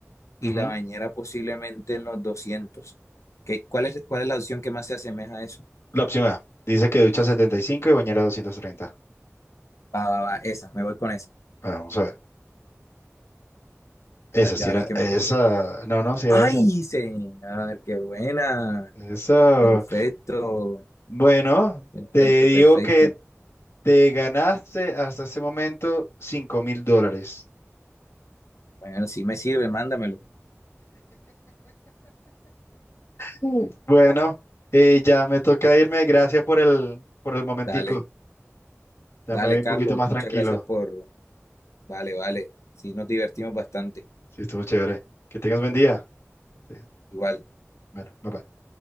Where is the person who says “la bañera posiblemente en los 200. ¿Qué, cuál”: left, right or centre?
Left